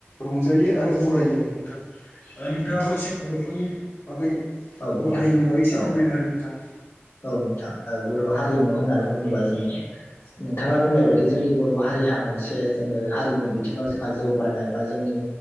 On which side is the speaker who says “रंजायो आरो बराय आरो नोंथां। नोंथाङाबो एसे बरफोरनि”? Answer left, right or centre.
Left